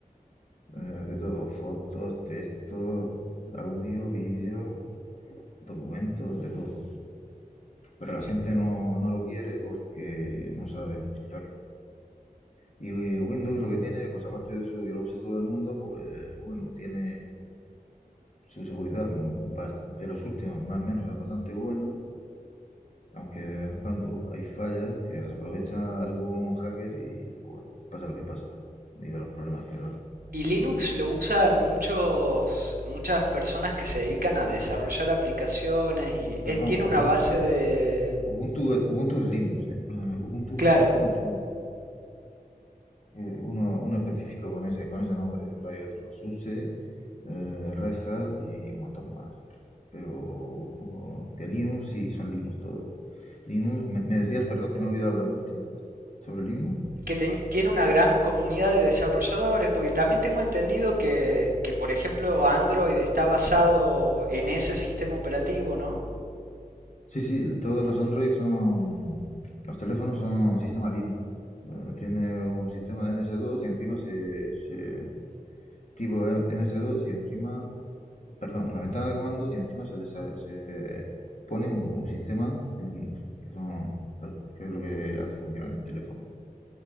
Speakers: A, on the left; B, on the right.
A: eh, de todo. Fotos, texto, audio, vídeo, documentos, de todo. Pero la
B: Y,
A: gente no, no lo quiere porque no saben utilizarlo. Y eh, Windows lo que tiene, pues aparte de eso de que lo usa todo el mundo, pues bueno, tiene su seguridad de los últimos, más o menos, es bastante buena. Aunque de vez en cuando hay fallas que las aprovecha algún hacker y bueno, pasa lo que pasa. Y de los problemas que da.
B: y Linux lo usan muchos, muchas personas que se dedican a desarrollar aplicaciones y eh,
A: Perdón,
B: tiene una
A: Ubuntu,
B: base de...
A: Ubuntu, Ubuntu es Linux. eh. Eh, Ubuntu es
B: Claro,
A: un sistema de Linux. Eh, uno, uno específico con ese, con ese nombre, pero hay otros. SUSE, eh, Red Hat y un montón más. Pero uh, que Linux, sí, son Linux todos. Linux, me, me decías, perdón, que no he oído la pregunta sobre Linux.
B: que te- tiene una gran comunidad de desarrolladores, porque también tengo entendido que, que, por ejemplo, Android está basado en ese sistema operativo, ¿no?
A: Sí, sí, todos los Android son... Los teléfonos son sistema Linux. Eh, tiene un sistema de MS2 y encima se... se tipo M- MS2 y encima... Perdón, una ventana de comandos y encima se, desa- se pone un, un sistema Linux, que, son, que es lo que hace funcionar el teléfono.